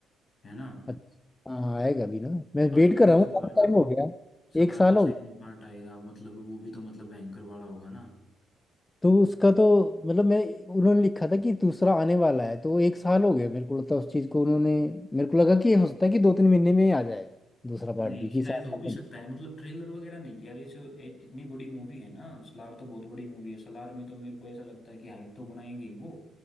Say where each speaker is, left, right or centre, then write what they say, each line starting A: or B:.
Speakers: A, on the left; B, on the left.
A: है ना
B: अच्छा हाँ आएगा भी ना मैं
A: आएगा
B: वेट कर
A: ना
B: रहा हूँ
A: सलार
B: काफी
A: का
B: टाइम हो गया
A: सलार
B: एक साल
A: का
B: हो
A: सेकंड
B: गया
A: पार्ट आएगा मतलब वो भी तो मतलब भयंकर वाला होगा ना
B: तो उसका तो मतलब मैं उन्होंने लिखा था कि दूसरा आने वाला है तो एक साल हो गया मेरे को लगता है उस चीज़ को उन्होंने मेरे को लगा कि हो सकता है कि दो तीन महीने में ही आ जाए दूसरा पार्ट
A: नहीं
B: भी
A: शायद
B: कि साथ
A: हो भी सकता है मतलब ट्रेलर वगैरह नहीं दिया जैसे ए- इतनी बड़ी मूवी है ना सलार तो बहुत बड़ी मूवी है सलार में तो मेरे को ऐसा लगता है कि हाइप तो बनाएंगे ही वो